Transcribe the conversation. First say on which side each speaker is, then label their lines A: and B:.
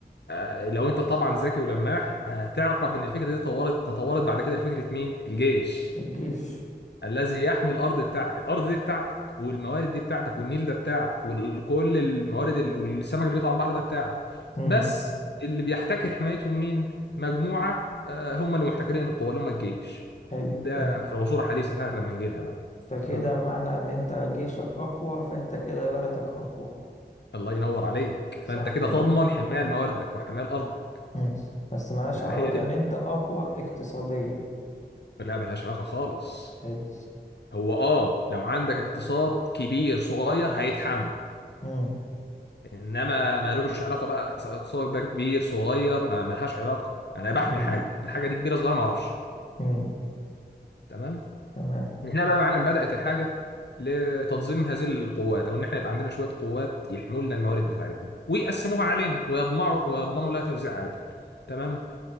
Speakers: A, on the left; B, on the left.
A: آه، لو انت طبعا ذكي ولماح هتعرف ان الفكره دي اتطورت تطورت بعد كده لفكره مين الجيش
B: الجيش
A: الذي يحمي الارض بتاعتك الارض دي بتاعتك والموارد دي بتاعتك والنيل ده بتاعك وكل الموارد ال- والسمك اللي بيطلع من البحر ده بتاعك
B: مم.
A: بس اللي بيحتكر حمايتهم مين مجموعة آه، هم اللي محتكرين القوة اللي هم الجيش
B: حلو
A: ده
B: فهمت
A: في العصور الحديثة ساعة لما نجي لها بقى
B: فكده
A: تمام
B: معنى إن أنت جيشك أقوى فأنت كده بلدك أقوى
A: الله ينور عليك
B: صح
A: فانت كده
B: كده
A: تضمن حماية لمواردك وحماية لارضك
B: مم. بس ملهاش
A: ده
B: علاقة
A: هي دي
B: إن أنت أقوى اقتصاديا
A: لا ملهاش علاقة خالص
B: حلو
A: هو اه لو عندك اقتصاد كبير صغير هيتحمل
B: مم.
A: انما ملوش علاقه بقى سواء بقى كبير صغير ما ملهاش علاقه انا بحمي
B: أيوه
A: حاجه الحاجه دي كبيره صغيره ما اعرفش
B: مم.
A: تمام
B: تمام
A: من هنا بقى يا معلم بدات الحاجه لتنظيم هذه القوات او ان احنا يبقى عندنا شويه قوات يحموا لنا الموارد بتاعتنا ويقسموها علينا ويضمعوا ويضمنوا لها توزيع عادل تمام